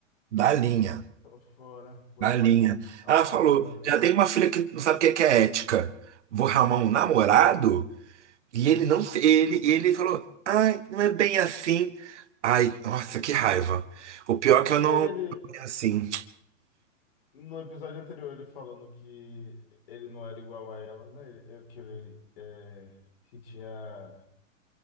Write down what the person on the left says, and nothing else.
Tô fora, pois
é. Ela
arrasa.
Não,
e ele.
No episódio anterior, ele falando que ele não era igual a ela, né? Ele- é, Que ele é, que tinha.